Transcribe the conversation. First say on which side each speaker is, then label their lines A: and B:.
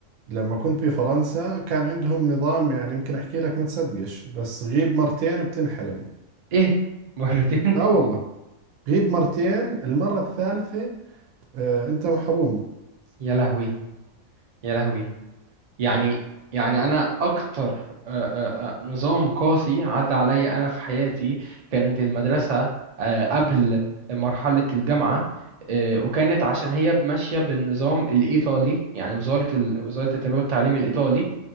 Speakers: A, on the right (about 80°); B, on the right (about 50°).
A: لما كنت بفرنسا كان عندهم نظام يعني يمكن أحكي لك ما تصدقش بس غيب مرتين بتنحرم
B: إيه مرتين
A: آه
B: <laughs>
A: والله غيب مرتين المرة الثالثة آه أنت محروم
B: يا لهوي يا لهوي يعني يعني أنا أكتر آه، آه، آه، نظام قاسي عدى عليا أنا في حياتي كانت المدرسة آه، قبل مرحلة الجامعة آه، وكانت عشان هي ماشية بالنظام الإيطالي يعني وزارة ال... وزارة التربية والتعليم الإيطالي